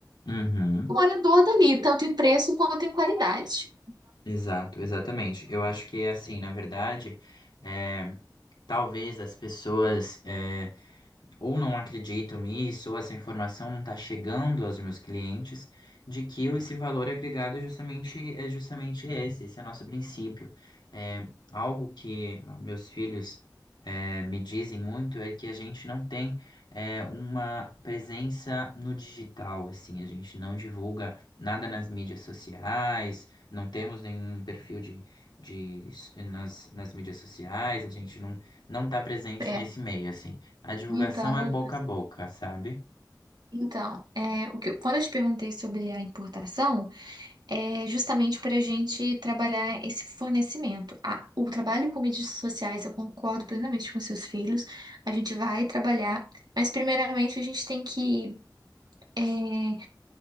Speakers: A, on the left; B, on the right.
A: Uhum.
B: o morador dali, tanto em preço quanto em qualidade.
A: Exato, exatamente. Eu acho que é assim, na verdade, é, talvez as pessoas. eh, ou não acreditam nisso, ou essa informação não está chegando aos meus clientes, de que eu esse valor agregado é justamente, é justamente esse, esse é nosso princípio. É, algo que meus filhos é, me dizem muito é que a gente não tem é, uma presença no digital, assim, a gente não divulga nada nas mídias sociais, não temos nenhum perfil de, de nas, nas mídias sociais, a gente não, não está presente
B: É,
A: nesse meio, assim. A divulgação
B: Então, Lucas.
A: é boca a boca, sabe?
B: então, é, o que eu- quando eu te perguntei sobre a importação, é justamente para a gente trabalhar esse fornecimento. A- o trabalho com mídias sociais, eu concordo plenamente com seus filhos, a gente vai trabalhar, mas primeiramente a gente tem que é,